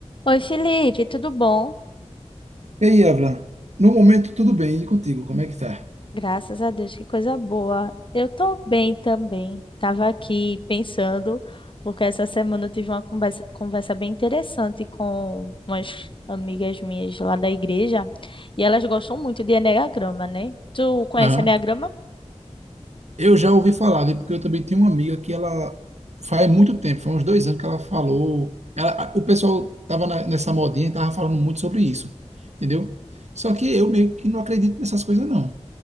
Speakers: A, on the left; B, on the right.
A: Oi, Felipe, tudo bom?
B: E aí, Avla? No momento, tudo bem. E contigo, como é que tá?
A: Graças a Deus, que coisa boa. Eu tô bem também. Tava aqui pensando, porque essa semana eu tive uma conversa, conversa bem interessante com umas amigas minhas lá da igreja, e elas gostam muito de enneagrama, né? Tu conhece
B: Aham.
A: enneagrama?
B: Eu já ouvi falar, viu? Porque eu também tenho uma amiga que ela faz muito tempo, faz uns dois anos que ela falou. ela- a- o pessoal tava na- nessa modinha e tava falando muito sobre isso, entendeu? Só que eu meio que não acredito nessas coisas, não.